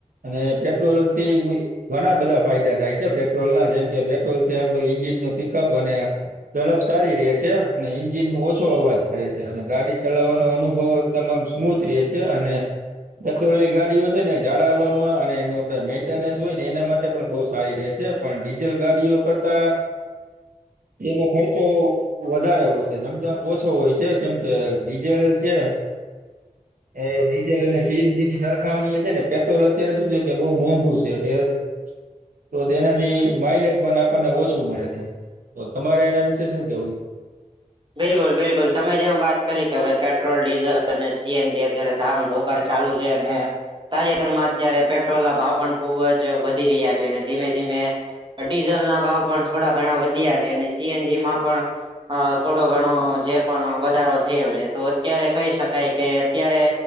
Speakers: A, on the right (about 80°); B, on the right (about 35°).
A: અને પેટ્રોલ થી ઘણા બધા ફાયદા થાય છે પેટ્રોલ ના જેમ કે પેટ્રોલ થી આપણું ન્જિન નું પિકઅપ અને તડપ સારી રે છે અને ઇન્જિન ઓછ ઓો અવાજ પડે છે અને ગાડી ચલાવવાનો અનુભવ એકદમમ સ્મૂથ રે છે, અને દલની ગાડીઓ છે ને જાળવવામાં અને એનું મેન્ટેનન્સ હોય ને એના માટે પણ બહ સારી રહેશે. પણ ડીઝલ ગાડીઓ કરતા એનો ખર્ચો વધારે હોય છે લમજણ ઓછો હોય છે કેમ કે ડીઝેલ છે. એ નીચે લઈને સીએનજી ની સરખામણી છે ને પેટ્રોલ અત્યારે શું છે કે બહુ મોંઘું છે અ તો તેનાથી માઇલેજ પણ આપણને ઓછું મળે છે. તો તમારે એના વિશે શું કેવું છે.
B: બિલકુલ બિલકુલ તમે જેમ વાત કરી કેવે પેટ્રોલ ડીઝલ અને સીએનજી અત્યારે ધામ ોકર ચાલુ છે અને તાજેતરમાં અત્યારે પેટ્રોલ ના ભાવ પણ ખુબ જ વધી રહ્યા છે અને ધીમે ધીમે ડીઝલના ભાવ પણ થોડા ઘણા વધ્યા છે અને સીએનજીમાં પણ થોડો ઘણો જે પણ વધારો થયો છે તો અત્યારે કહી શકાય કે અત્યારે